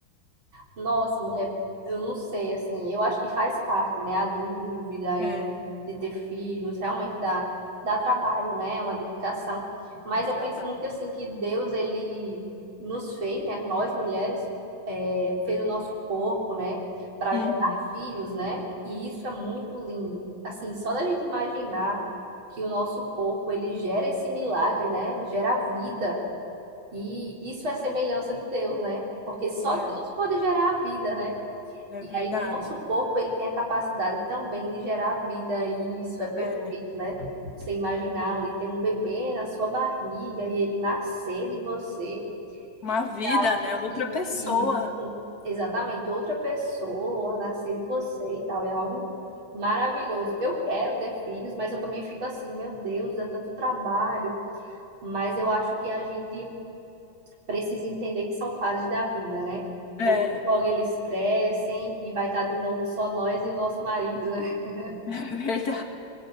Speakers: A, on the right (about 75°); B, on the left (about 45°).
A: Nossa, mulher, eu não sei, assim, eu acho que faz parte, né? A dúvida aí
B: É,
A: de ter filhos, realmente dá, dá trabalho, né? É uma dedicação. Mas
B: eu
A: eu
B: trabalho.
A: penso muito, assim, que Deus, ele nos fez, né? Nós mulheres, é, fez o nosso corpo, né? Para
B: Uhum.
A: gerar filhos, né? E isso é muito lindo. Assim, só da gente imaginar que o nosso corpo, ele gera esse milagre, né? Gera vida. E isso é semelhança de Deus, né? Porque só
B: É,
A: Deus pode gerar a vida, né?
B: é
A: E
B: verdade.
A: aí o nosso corpo, ele tem a capacidade também de gerar a vida, e isso é perfeito,
B: É.
A: né? Você imaginar ali, tem um bebê na sua barriga e ele nascer de você.
B: Uma vida,
A: assim,
B: né? Outra pessoa.
A: e Isso, exatamente, outra pessoa nascer de você e tal, é algo maravilhoso. Eu quero ter filhos, mas eu também fico assim, meu Deus, é tanto trabalho. Mas eu acho que a gente precisa entender que são fases da vida, né?
B: É,
A: Logo, logo eles crescem e vai estar de novo só nós e o nosso marido, né? <laughs>
B: <laughs> é verdade.